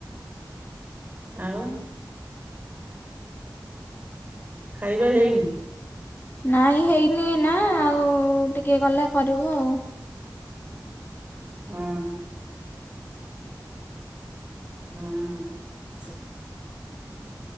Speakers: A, on the right; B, on the left.
A: ଆଉ। ଖାଇବା ହେଇନି।
B: ନାଇଁ ହେଇନି ଏଇନା ଆଉ ଟିକେ ଗଲେ କରିବୁ ଆଉ।
A: ହଁ। ହଁ।
B: <inaudible>